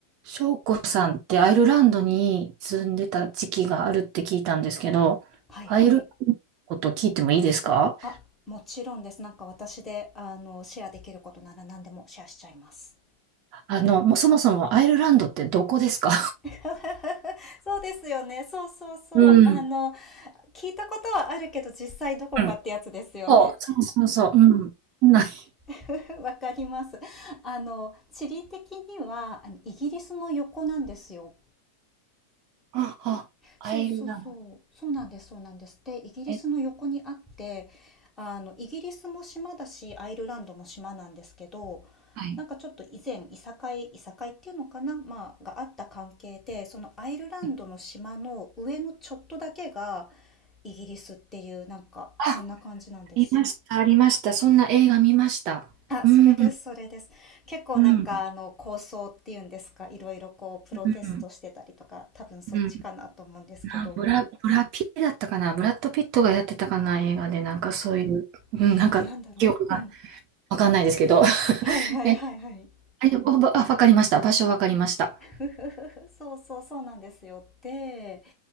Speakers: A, on the right; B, on the left.
A: 翔子さんってアイルランドに住んでた時期があるって聞いたんですけど、
B: はいはい。
A: アイルランドのこと聞いてもいいですか
B: あ、もちろんです。なんか私で、あの、シェアできることなら何でもシェアしちゃいます。
A: あの、もうそもそもアイルランドってどこですか
B: <laughs> そうですよね。そうそうそう。
A: <laughs> うん。
B: あの、聞いたことはあるけど、実際どこかってやつですよね。
A: うんそう、そうそうそう。うん。ない。
B: <laughs> わかります。あの、地理的には、あのイギリスの横なんですよ。
A: あ、あ、アイルランド。
B: そうそうそう。そうなんです、そうなんです。で、イギリスの横にあって、
A: え、
B: あの、イギリスも島だし、アイルランドも島なんですけど、
A: はい。
B: なんかちょっと以前、いさかい、いさかいっていうのかなまあ、があった関係で、そのアイルランドの島の上のちょっとだけが、
A: え
B: イギリスっていう、なんか、
A: あ、
B: そんな感じなんです。
A: ありました、ありました。そんな映画見ました。
B: あ、
A: うん、
B: それです、
A: うん、
B: それです。結構なんか、
A: う
B: あの、構想っていうんですか、いろいろこう、プロテストしてたりとか、
A: ん、
B: 多分そっちかなと思うんですけど。
A: うん。なブラ、ブラピだったかなブラッド・ピットがやってたかな映画で、なんかそういう、うん、
B: ええ、
A: なんか記憶が
B: なんだろう。うん。
A: わかんないですけど。
B: はいはいはいはい。
A: <laughs> え、あ、あわかりました。場所わかりました。
B: ふふふふ、そうそう、そうなんですよ。で、